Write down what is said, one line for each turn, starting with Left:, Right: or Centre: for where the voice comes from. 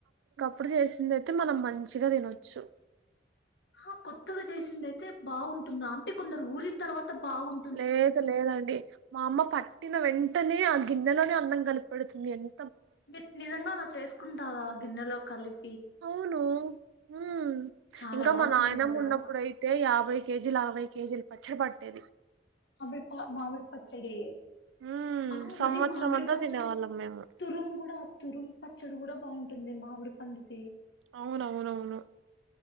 Right: ప్పుడు జేసిందైతే మనం మంచ్ గా దినొచ్చు
Left: హ కొత్తగా జేసిందై తే బాగుంటుందా. అంటే కొందరు ఊరిన తర్వాత బాగుం
Right: లేద్ లేదండి మా అమ్మ పట్టిన వెంటనే, ఆ గిన్నెలోనే అన్నం కలిపెడుతుంది ఎన్
Left: మిర్ నిజంగా అలా చేసుకుంటారా గిన్నెలో కలిప్
Right: అవును హ్మ్.
Left: చాలా
Right: ఇంకా
Left: బాగుంటుంది
Right: మా నాయనమ్మ
Left: కదా
Right: ఉన్నప్పుడైతే యాభై కేజీల్ అరభై కేజీల్ పచ్చడ్ పట్టేది
Left: మామిడిపా మామిడి పచ్చడి
Right: హ్మ్.
Left: ఆ,
Right: సంవత్సరం
Left: మరి మామిడి
Right: అంతా
Left: పచ్చడి
Right: తినేవాళ్ళం మేము.
Left: తురుం కూడా. తురుం పచ్చడి కూడా బాం టుంది మామిడి పండుతీ
Right: అవునవునవును.